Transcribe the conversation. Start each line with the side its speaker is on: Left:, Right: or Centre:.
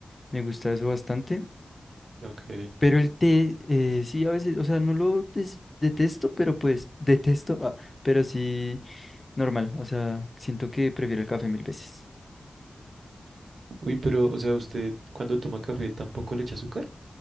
Left: me gusta eso bastante.
Right: Ok.
Left: Pero el té, eh, sí, a veces, o sea, no lo des- detesto, pero pues detesto, ah, pero sí, normal, o sea, siento que prefiero el café mil veces.
Right: Uy, pero, o sea, ¿usted cuando toma café tampoco le echa azúcar?